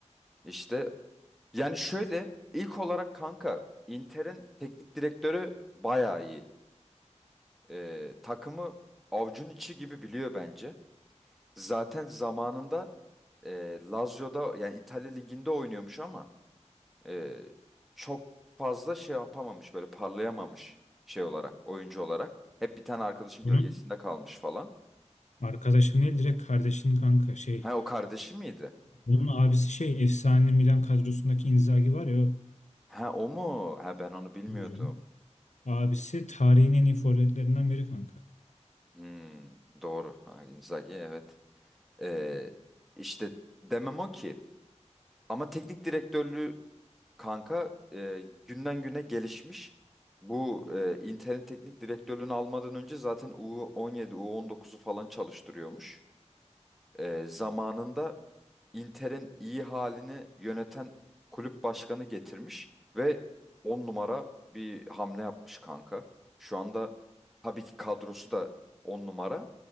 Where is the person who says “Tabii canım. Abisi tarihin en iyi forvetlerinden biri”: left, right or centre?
Left